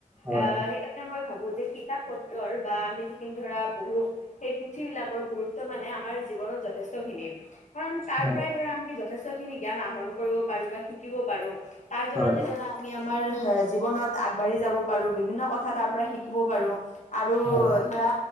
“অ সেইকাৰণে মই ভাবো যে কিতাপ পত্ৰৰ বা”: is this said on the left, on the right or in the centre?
Left